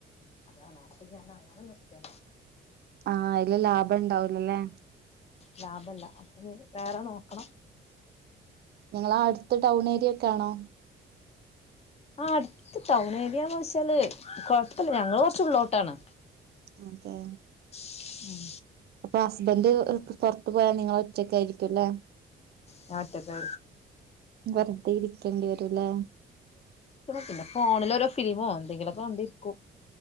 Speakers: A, on the left; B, on the right.
A: അതണ അപ്പൊ ഞാൻ അങ്ങനെ നിർത്തയ
B: ആഅതില് ലാഭം ഇണ്ടാവലോല്ലേ
A: ലാഭല്ല അപ്പൊ വേറെ നോക്കണം
B: ങ്ങളാ അടുത്ത ടൗൺ ഏരിയക്കൊണോ
A: ആ അടുത്ത ടൗൺ ഏരിയന്ന് വെച്ചാല് കൊഴപ്പില്ല ഞങ്ങള് കുറച്ചള്ളോട്ടാണ്
B: അതെ
A: ഉം
B: അപ്പൊ ഹസ്ബന്ഡ് പുറത്ത് പോയാൽ നിങ്ങള ഒറ്റക്ക് ആയിരിക്കും അല്ലേ
A: ഞാനൊറ്റക്ക്
B: വെറുതെ ഇരിക്കേണ്ടി വരൂല്ലേ
A: പിന്നെ ഫോണിലഓരോ ഫിലിമോ എന്തെങ്കിലുമൊ ക്കെ കണ്ടിരിക്കും